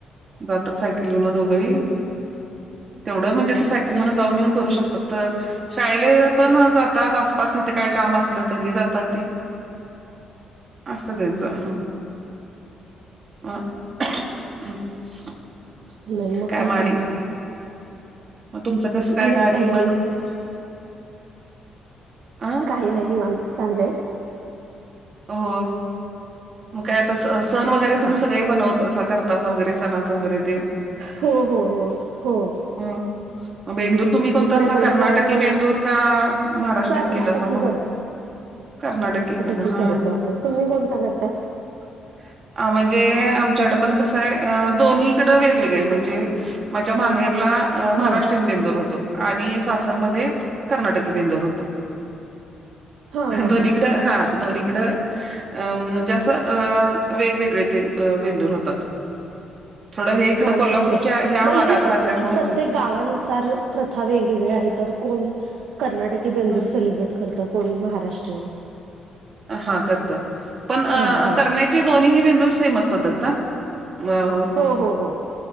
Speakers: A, on the right; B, on the right.
A: जातात सायकलन
B: हम्म
A: दोघ. बघ हे तेवढं म्हणजे ते सायकलन जाऊन येऊन करू शकतात तर. शाळेले पण जातात आसपास इथे काही काम असलं तरी जातात ती. असत त्यांचं ह, ह,
B: नाही मग
A: काय
B: काही
A: म आणि
B: प्रॉब्लेम नाही.
A: मग तुमचं कसं काय
B: आणि
A: गाणी
B: काही
A: मग
B: निवांत
A: अ,
B: काही नाही निवांत चाललंय.
A: हो, मग काय आता स सण वगैरे तुम्ही
B: हा
A: सगळे बनवत अस करता. तसा वगैरे सणाचं वगैरे ते.
B: हो हो हो हो,
A: हम, बेंदूर. तुम्ही कोणता
B: इकडे
A: सा
B: बैलपोळा
A: कर्नाटकी
B: पण
A: बेंदूर का महाराष्ट्रन
B: कर्नाटकी
A: केला अस मग. कर्नाटकी केला.
B: की
A: हां.
B: करतो तुम्ही कोणता करताय.
A: <inaudible> हा, म्हणजे आमच्याकडं पण कसं आहे अ दोन्हीकडं वेगवेगळे म्हणजे. माझ्या माहेरला अ महाराष्ट्रीयन
B: हा
A: बेंदूर होतो. आणि सासरमध्ये कर्नाटकी बेंदर होत.
B: हा हा
A: दोन्हीकडं हा, दोनकडं. ''अं'' जस अं वेगवेगळे ते बेंदूर होतात. थोडं हे इकडें
B: हा
A: कोल्हापूरच्या
B: नाही ठीक आहे
A: ह्या
B: मग
A: भागात
B: इथे पण
A: लागल्यामुळे होतं.
B: प्रत्येक गावानुसार प्रथा वेगवेगळे आहे तर कोण कर्नाटकी बेंदूर
A: हां,
B: सेलिब्रेट. करत कोण महाराष्ट्रीयन.
A: हा करत पण अं‌
B: हा
A: अं
B: हा
A: करण्या ची दोन्हीही बेंदुर सेमच पद्धत का ना हो
B: हो हो हो